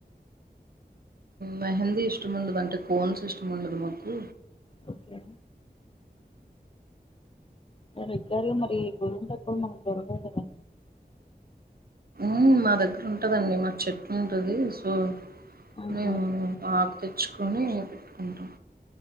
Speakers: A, on the right; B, on the left.
A: మెహందీ ఇష్టము ఉండదు అంటే కోన్స్ ఇష్టం ఉండదు మాకు
B: ఓకే సార్ ఎగ్జాక్ట్ గా మరి <unintelligible> మనక్ దొరకవు కదా
A: ఊ మా దగ్గర ఉంటదండి మా చెట్టు ఉంటది సో
B: ఆహా
A: మేము ఉన్నాం ఆకు తెచ్చుకొని పెట్టుకుంటాం